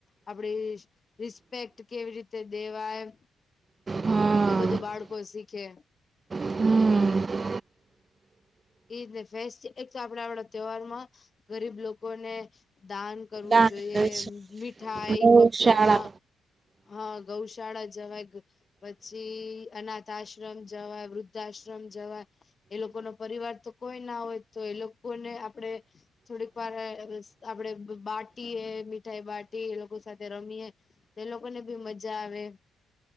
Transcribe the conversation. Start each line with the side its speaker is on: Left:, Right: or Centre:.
Left: આપડી રિસ્પેક્ટ કેવી રીતે દેવાય
Right: હા
Left: એવું બધું બાળકો શીખે.
Right: હમ
Left: ઈજ ને ફેસ એક તો આપડા વાડા તહેવાર માં ગરીબ લોકોને દાન કરવું
Right: દાન
Left: જોઈએ
Right: કરે છે
Left: મીઠાઈ
Right: ગૌશાળા
Left: કપડાં હા ગૌશાળા જવાયગ. પછી અનાથ આશ્રમ જવાય વૃદ્ધાશ્રમ જવાય એ લોકો નો પરિવાર તો કોઈ ના હોય તો એ લોકોને આપડે થોડીક વાર આપડે બાટીએ મીઠાઈ બાટી એ લોકો સાથે રમીએ તે લોકો ને બી મજા આવે.